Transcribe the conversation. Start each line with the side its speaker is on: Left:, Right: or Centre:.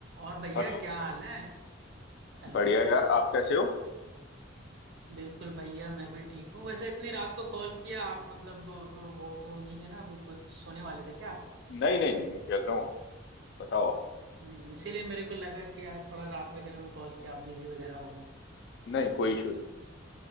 Right: और भैया
Left: हेलो
Right: क्या हाल है हेलो
Left: बढ़िया यार आप कैसे हो
Right: बिल्कुल भैया मैं भी ठीक हूँ वैसे इतनी रात को कॉल किया आप मतलब अ, वो तो नहीं है ना अभी कुछ सोने वाले थे क्या आप
Left: नहीं नहीं नहीं नहीं जग रहा हूँ अभी तो बताओ आप।
Right: नहीं इसीलिए मेरे को लगा कि यार थोड़ा रात वगैरह में कॉल किया आप बिजी वगैरह हो गए
Left: नहीं कोई इशू नहीं